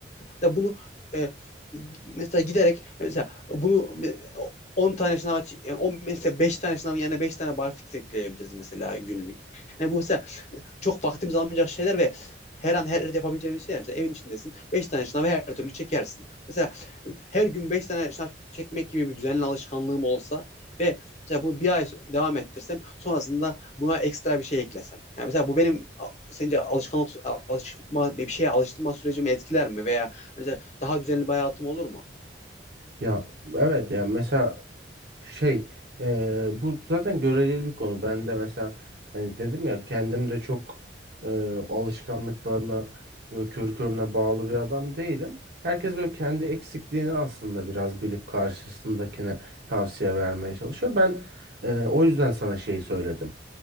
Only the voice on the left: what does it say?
ya bunu e, mesela giderek mesela bunu 10 tane şınava, 10 mesela 5 tane şınavın yerine 5 tane barfix ekleyebiliriz mesela günlük. Yani bu mesela çok vaktimiz almayacak şeyler ve her an her yerde yapabileceğimiz şeyler. Mesela evin içindesin. beş tane şınav her türlü çekersin. Mesela e, her gün 5 tane şınav çekmek gibi bir düzenli alışkanlığım olsa ve mesela bunu bir ay devam ettirsem sonrasında buna ekstra bir şey eklesem. Yani mesela bu benim sence alışkanlık alışma bir şeye alıştırma sürecimi etkiler mi veya mesela daha düzenli bir hayatım olur mu?